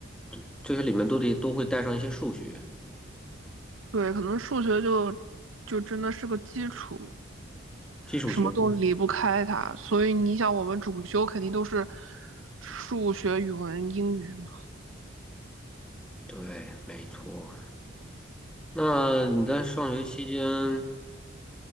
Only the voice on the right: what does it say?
对，可能数学就就真的是个基础，
什么都离不开它。所以你想，我们主修肯定都是数学、语文、英语嘛。